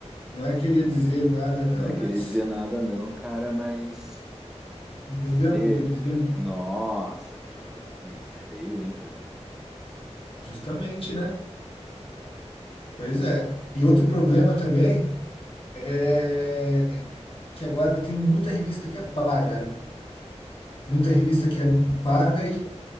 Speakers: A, on the left; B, in the centre.
A: Não é querer
B: Que.
A: dizer nada, não,
B: Não é querer
A: mas
B: dizer nada, não, cara, mas.
A: entendeu
B: Cê...
A: o que eu estou dizendo?
B: Nossa, cara, que, que feio, hein, cara?
A: Justamente, né? Pois é. E outro problema também é que agora tem muita revista que é paga, né? muita revista que é paga e,